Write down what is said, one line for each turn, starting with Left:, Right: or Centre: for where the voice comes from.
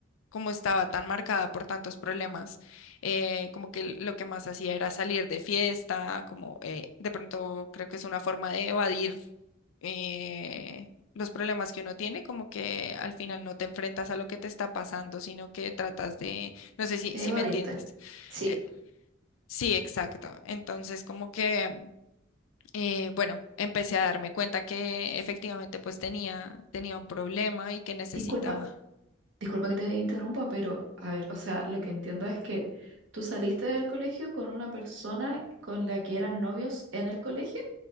Left: como estaba tan marcada por tantos problemas, eh, como que lo que más hacía era salir de fiesta, como eh, de pronto creo que es una forma de evadir eh, los problemas que uno tiene, como que al final no te enfrentas a lo que te está pasando, sino que tratas de, no sé si,
Right: De
Left: si
Right: evadirte.
Left: me entiendes.
Right: Sí,
Left: Eh, sí, exacto. Entonces, como que, eh, bueno, empecé a darme cuenta que efectivamente pues tenía, tenía un problema y que necesitaba.
Right: disculpa, disculpa que te interrumpa, pero a ver, o sea, lo que entiendo es que tú saliste del colegio con una persona con la que eran novios en el colegio